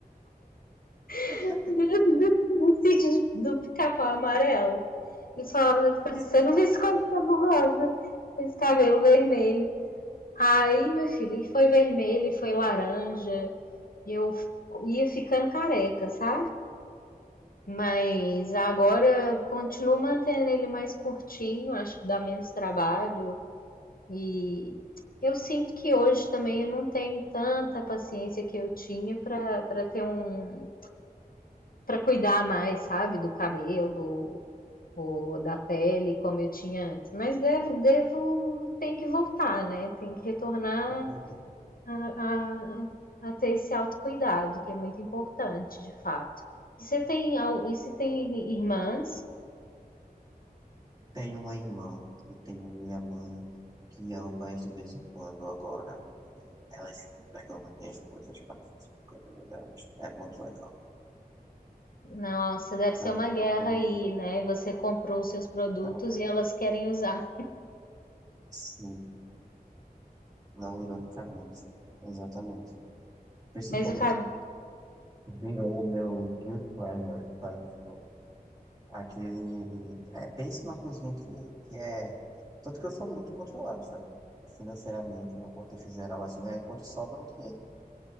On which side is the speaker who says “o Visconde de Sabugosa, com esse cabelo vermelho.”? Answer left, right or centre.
Left